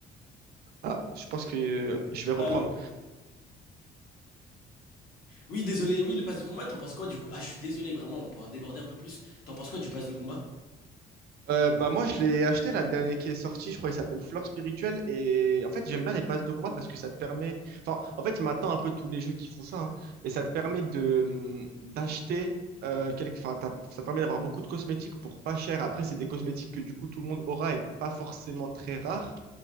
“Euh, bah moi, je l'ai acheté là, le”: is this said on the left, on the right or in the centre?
Right